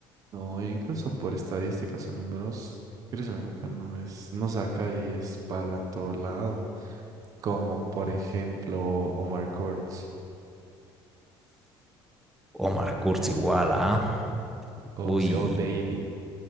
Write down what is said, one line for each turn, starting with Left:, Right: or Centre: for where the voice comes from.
Right: No, e incluso por estadísticas o números, Chris Mejota no es, no saca y es palo en todo lado, como por ejemplo Omar Courtz
Centre: Omar Kurz igual, ¿ah?
Right: o,
Centre: Uy.
Right: si- o Davey.